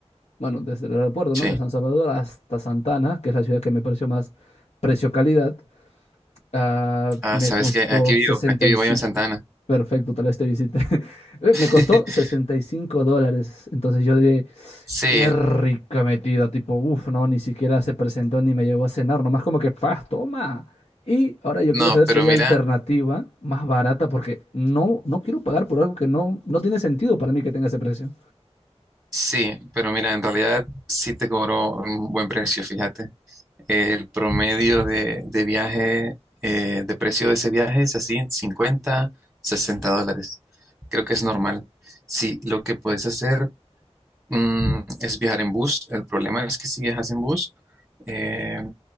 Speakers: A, on the left (about 75°); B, in the centre.
A: bueno, desde el aeropuerto,
B: sí.
A: ¿no? De San Salvador hasta Santa Ana, que es la ciudad que me pareció más precio-calidad, ah,
B: Ah,
A: me
B: sabes
A: costó
B: que aquí
A: sesenta
B: vivo, aquí vivo
A: y cinco.
B: yo en Santana.
A: Perfecto, tal vez te visite. <laughs>
B: <laughs>
A: Me costó 65 dólares. Entonces yo dije,
B: Sí,
A: qué rica metida. Tipo, uff, no, ni siquiera se presentó ni me llevó a cenar. Nomás como que, faz, toma. Y ahora yo
B: no,
A: quiero saber
B: pero
A: si hay
B: mira,
A: alternativa más barata porque no, no quiero pagar por algo que no, no tiene sentido para mí que tenga ese precio.
B: sí, pero mira, en realidad sí te cobró un buen precio, fíjate. El promedio de, de viaje, eh, de precio de ese viaje es así, 50, 60 dólares. Creo que es normal. Sí, lo que puedes hacer, mm, es viajar en bus. El problema es que si viajas en bus, eh,